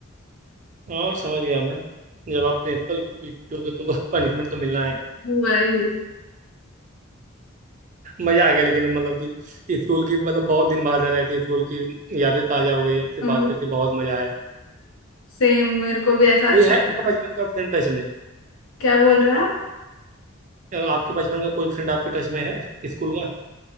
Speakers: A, on the right (about 35°); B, on the left (about 85°).
A: और समझ गया मैं जब आप प्रिंसिपल को पीटोगे तो <laughs> पनिशमेंट तो मिलना है
B: वही
A: मजा आ गया लेकिन मतलब कि स्कूल की मतलब बहुत दिन बाद है ऐसी स्कूल की यादें ताजा हो गई आपसे
B: हम
A: बात करके बहुत मजा आया
B: सेम मेरे को भी ऐसा अच्छा
A: कोई है आपका
B: लगा
A: बचपन का फ्रेंड टच में
B: क्या बोल रहे हैं आप
A: या आपके बचपन का कोई फ्रेंड आपके टच में है स्कूल का